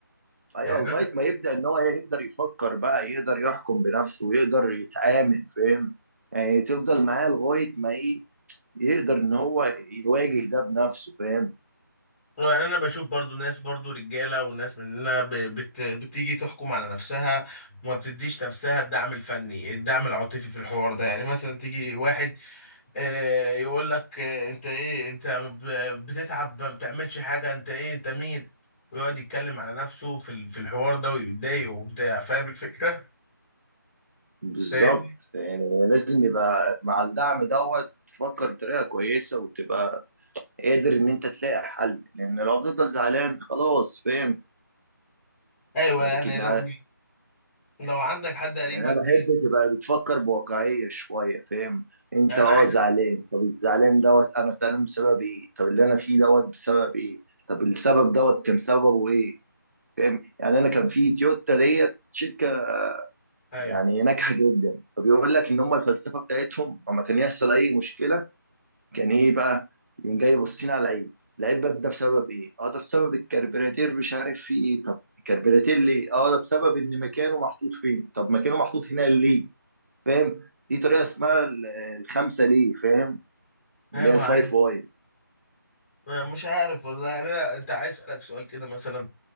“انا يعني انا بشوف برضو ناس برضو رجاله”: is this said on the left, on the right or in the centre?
Centre